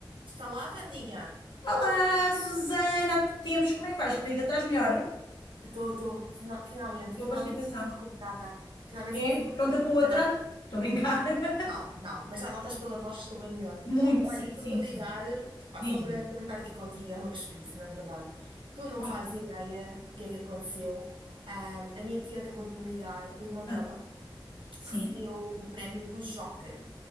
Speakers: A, on the right; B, on the left.
A: Está lá, Vandinha?
B: Olá, Susana, há que tempos? Como é que vais, querida? Estás melhor? Eu
A: Estou, estou. Final- finalmente,
B: estou
A: finalmente
B: com constipação.
A: sinto-me recuperada. Finalmente
B: É?
A: sinto-me recuperada.
B: Pronta para outra?
A: Já
B: Estou a brincar. <laughs>
A: Não, não, não, mas já notas pela voz que estou bem melhor.
B: Muito,
A: Olha,
B: sim,
A: estou-te
B: sim,
A: a
B: sim.
A: ligar, pá,
B: Diz-me.
A: só para comentar aqui contigo, é uma cosquice, na verdade. Tu não
B: Ah,
A: fazes ideia o que é que aconteceu. Ahm, a minha tia acabou de me ligar, o irmão
B: ah,
A: dela
B: sim?
A: recebeu um prémio do Joker,